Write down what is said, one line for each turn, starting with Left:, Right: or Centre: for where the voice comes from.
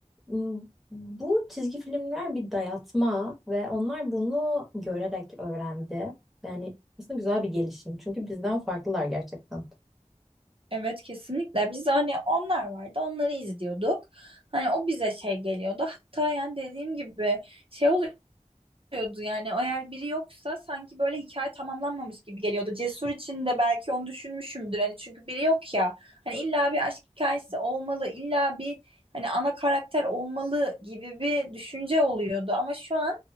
Centre: m, bu çizgi filmler bir dayatma ve onlar bunu görerek öğrendi yani aslında güzel bir gelişim çünkü bizden farklılar gerçekten.
Right: Evet kesinlikle biz hani onlar vardı onları izliyorduk. Hani o bize şey geliyordu. Hatta yani dediğim gibi şey oluyor geliyordu yani eğer biri yoksa sanki böyle hikaye tamamlanmamış gibi geliyordu. Cesur için de belki onu düşünmüşümdür hani çünkü biri yok ya hani illa bir aşk hikayesi olmalı illa bir hani ana karakter olmalı gibi bir düşünce oluyordu ama şu an